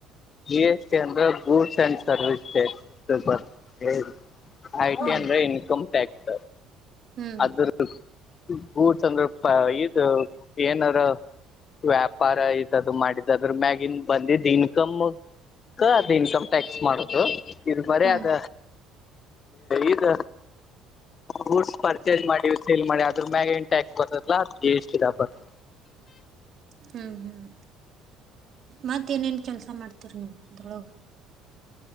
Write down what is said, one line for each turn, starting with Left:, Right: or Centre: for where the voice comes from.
Left: ಜಿ ಎಸ್ ಟಿ ಅಂದ್ರ ಗೊಟೆಂಟ್. ಸರ್ವಿಸ್ ಬರ್ ಹೇಳಿ ಆಐತಟಿ
Right: ಹ್ಮ್
Left: ಅಂದ್ರೆ ಇನ್ಕಮ್ ಟ್ಯಾಕ್ಸ್
Right: ಹ್ಮ್
Left: ಅದ <unintelligible> ಗೂಡ್ಸ್ ಅಂದ್ರೆ ಇದು ಏನಾರ್ ವ್ಯಾಪಾರ ಇದದು ಮಾಡಿದ ಅದ್ರ ಮ್ಯಾಗಿನ್ ಬಂದಿದ್ದ್ ಇನ್ಕಮ್ ಅದು ಇನ್ಕಮ್ ಟ್ಯಾಕ್ಸ್ ಮಾಡುದು. ಇ ಮರೇ
Right: ಹ್ಮ್
Left: ಅದ. ಇದ ಗೂಡ್ಸ್ಪರ್. ಸೇಲ್ ಮಾಡಿ ಅದ್ರ ಮ್ಯಾಗನ್ ಟ್ಯಾಕ್ಸ್ ಬರ್ತದಲ್ಲ ಜಿ ಎಸ್ಟ ಬರ್ತದ
Right: ಹ್ಮ್ ಹ್ಮ್ ಮತ್ತೇನೇನ್ ಕೆಲ್ಸ ಮಾಡ್ತೀರಿ ನೀವು ಅದ್ರೊಳಗೆ